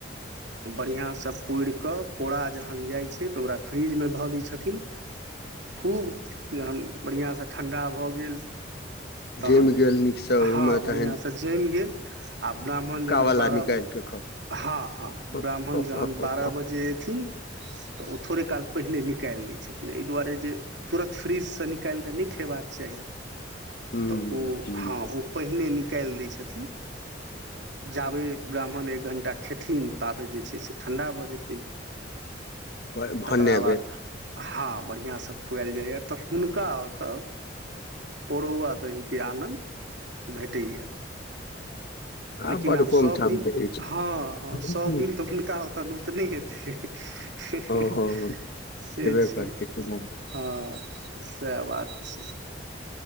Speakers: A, on the right; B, on the left.
A: बढ़िआँसँ पुरिकऽ पोरा जहन जाइ छै तऽ ओकरा फ्रिजमे धऽ दै छथिन खूब जहन बढ़िआँसँ ठण्डा भऽ गेल तहन
B: जमि गेल नीकसँ ओहिमे
A: हँ बढ़िआं
B: तहन
A: से जमि गेल ह। आ ब्राह्मण
B: फक्कावला
A: जेना बारह
B: निकालि
A: बजे
B: कऽ खाउ
A: हँ हँ।
B: हूँ
A: ब्राह्मण जहन बारह बजे ऐथिन तऽ ओ थोड़े काल पहिले निकालि लै छथिन एहि दुआरे जे तुरत फ्रिजसँ निकाल कऽ नहि खेबाक चाही।
B: हूँ
A: तऽ ओ हँ ओ पहिने न कल दय छथिन जाबे ब्राह्मण एक घण्टा खेथिन ताबे जे छै से ठण्डा भऽ जेतै।
B: भ
A: तऽ
B: भरने
A: तकरा बाद
B: भेल।
A: हँ बढ़िआँसँ खुआएल जाइए त हुनका ओतय परौआ दहीके आनन्द भेटैए।
B: आ
A: लेकिन
B: बड
A: आब
B: कम
A: सभदिन
B: ठाम भेटै छै
A: हँ
B: हम्म,
A: सभदिन त हुनका ओतत नहि हेतै। <unintelligible>
B: हँ हँ
A: से
B: हेबे
A: छै
B: करतै केना।
A: हँ। सएह बात छै।